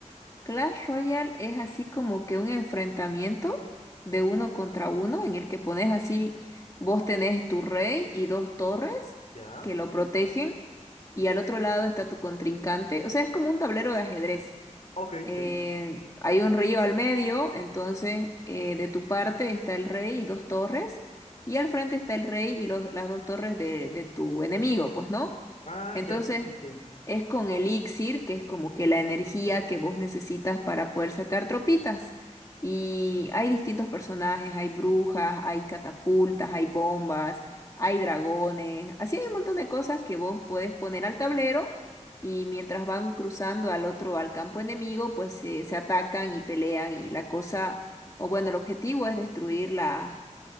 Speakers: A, on the left; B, on the left.
A: Clash Royale es así como que un enfrentamiento de uno contra uno en el que pones así, vos tenés tu rey y dos torres
B: ¿Ya?
A: que lo protegen y al otro lado está tu contrincante. O sea, es como un tablero de ajedrez
B: Ok,
A: eh,
B: sí.
A: hay un río al medio, entonces eh, de tu parte está el rey y dos torres, y al frente está el rey y los- las dos torres de, de tu enemigo, pues, ¿no?
B: Ah,
A: Entonces
B: ya, sí, sí, sí.
A: es con elixir, que es como que la energía que vos necesitas para poder sacar tropitas. Y hay distintos personajes, hay brujas, hay catapultas, hay bombas, hay dragones, así hay un montón de cosas que vos puedes poner al tablero y mientras van cruzando al otro, al campo enemigo, pues se se atacan y pelean y la cosa, o bueno, el objetivo es destruir la-